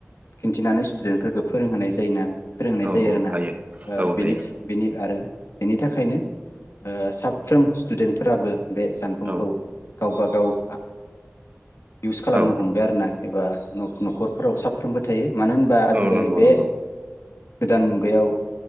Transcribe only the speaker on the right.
औ
हायो
औ
हायो
औ
औ
औ नंगौ
नंगौ